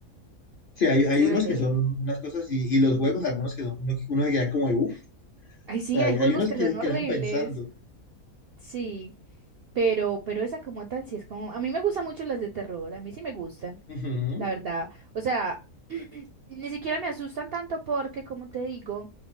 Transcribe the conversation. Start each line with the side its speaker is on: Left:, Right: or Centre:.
Left: Sí, hay,
Right: es
Left: hay
Right: chévere.
Left: unos que son unas cosas y, y los juegos, algunos que son uno, que- uno que queda como de uff.
Right: Ay, sí,
Left: O sea,
Right: hay
Left: hay,
Right: juegos
Left: hay unos
Right: que
Left: que,
Right: son horribles,
Left: que le van pensando.
Right: sí, pero, pero esa como tal, sí es como... A mí me gustan mucho las de terror, a mí sí me gustan,
Left: Ujú,
Right: la verdad. O sea, <clears throat> ni siquiera me asustan tanto porque, como te digo,